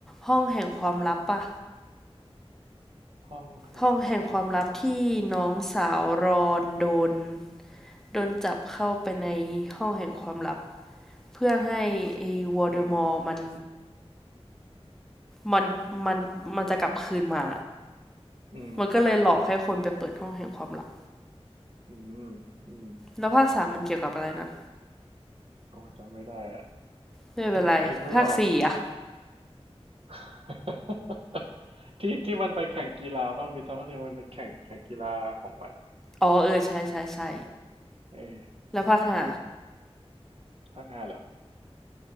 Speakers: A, in the centre; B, on the right.
A: ห้องแห่งความลับปะ
B: ห้องแห่งความลับ
A: ห้องแห่งความลับที่น้องสาวรอนโดนโดนจับเข้าไปในห้องแห่งความลับเพื่อให้ไอ้วอลเดอมอร์มัน
B: อืม
A: มันมันมันจะกลับคืนมา
B: อืมอืมอืม
A: มันก็เลยหลอกให้คนไปเปิดห้องแห่งความลับ
B: อืมอืม
A: แล้วภาคสามมันเกี่ยวกับอะไรนะ
B: โอ้ยจำไม่ได้อะ
A: ไม่เป็นไรภาคสี่อะ
B: นึกนึกไม่ออก <laughs> ที่ที่มันไปแข่งกีฬามันมีซัมเมอร์เทนงมันเป็นแข่งแข่งกีฬาของมันอ่ะ
A: อ๋อเออใช่ใช่ใช่
B: เออ
A: แล้วภาคห้า
B: ภาคห้าเหรอ